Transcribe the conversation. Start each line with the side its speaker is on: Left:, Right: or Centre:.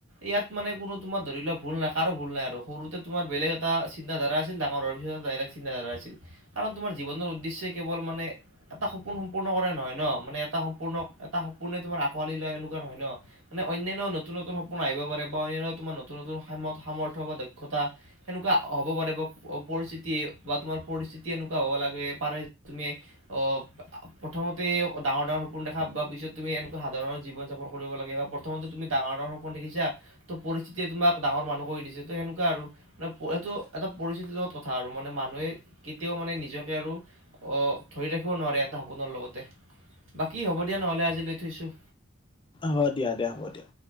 Right: ইয়াত মানে কোনো তোমাৰ ধৰি লোৱা ভুল নাই কাৰো ভুল নাই আৰু সৰুতে তোমাৰ বেলেগ। বেলেগ এটা চিন্তা ধাৰা আছিল। ডাঙৰ হলে বেলেগ চিন্তা ধাৰা আছিল কাৰ তোমাৰ জীৱনৰ উদ্দেশ্যে কেৱল মানে- এটা সপোন সম্পূৰ্ণ কৰে নহয় ন মানে এটা সম্পূৰ্ণ এটা সপোনে তোমাৰ আঁকোৱালি লয় এনেকুৱা নহয় ন। মানে অন্যান্য নতুন নতুন সপোন আহিব পাৰে বা' অনান্য তোমাৰ নতুন নতুন সামৰ সামৰ্থ বা দক্ষতা। সেনেকুৱা হ'ব পাৰে বা পৰিস্থিতিয়ে বা তোমাৰ পৰিস্থিতি এনেকুৱা হ'ব লাগে পাৰে তুমি। অ প্ৰথমতে ডাঙৰ ডাঙৰ সপোন দেখা বা পিছত তুমি এনেকুৱা সাধাৰণৰ জীৱন যাপন কৰিব লাগা প্ৰথমো তুমি ডাঙৰ ডাঙৰ সপোন দেখিছা ত' পৰিস্থিতিয়ে তোমাক ডাঙৰ মানুহ কৰি দিছে ত সেনুকা আৰু। সেইটো এটা পৰিস্থিতিৰ লগত কথা আৰু মানে মানুহে কেতিয়াও মানে নিজকে আৰু অ ধৰি ধৰি ৰাখিব নোৱাৰে এটা সপোনৰ লগতে। বাকী হ'ব দিয়া নহ'লে আজি লৈ থৈছোঁ।
Left: হয় দিয়া দিয়া হ'ব দিয়া।